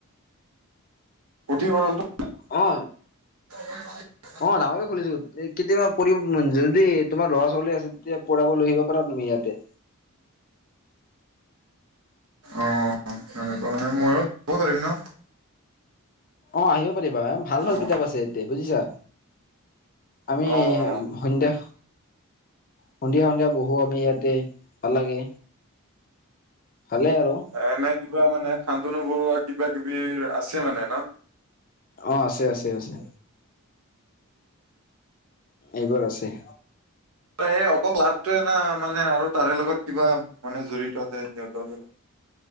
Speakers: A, on the right; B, on the left.
A: পুথিভঁৰালটো
B: অ।
A: উ <inaudible>
B: অ ডাঙৰকে খুলিছো। এ কেতিয়াবা পঢ়িব যদি তোমাৰ ল'ৰা ছোৱালী আছে তেতিয়া পঢ়াব লৈ আহিব পাৰা তুমি ইয়াতে।
A: অ সেনেকুৱা মানে মইওঁ পঢ়িব পাৰিম ন?
B: অ আহিব পাৰিবা, ভাল
A: অ'।
B: ভাল কিতাপ আছে এতিয়া বুজিছা। আমি
A: অ',
B: সন্ধিয়া সন্ধিয়া সন্ধিয়া বহু আমি ইয়াতে ভাল লাগে। ভালে আৰু।
A: এনে কিবা মানে শান্তনু বৰুৱা কিবা কিবি আছে মানে ন?
B: অ আছে আছে আছে। এইবোৰ আছে।
A: এই অকল লাভটোৱে না, মানে আৰু তাৰে লগত কিবা মানে জড়িত আছে সিহঁতৰ লগত?